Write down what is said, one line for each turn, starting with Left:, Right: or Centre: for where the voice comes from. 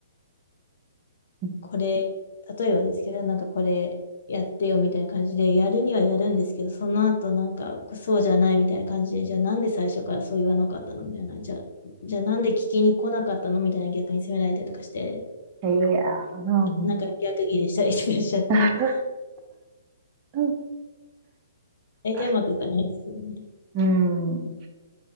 Right: うん。
Left: これ、例えばですけど、なんかこれやってよみたいな感じで、やるにはやるんですけど、その後なんかそうじゃないみたいな感じで、じゃあなんで最初からそう言わなかったのみたいな、じゃあ、じゃあなんで聞きに来なかったのみたいな逆に責められたりとかして、
Right: いやー、うんうん。
Left: なんか逆ギレしたりとかしちゃって、
Right: <laughs>
Left: <laughs>
Right: うん
Left: 大体うまくいかないですよね。
Right: 確かにうん。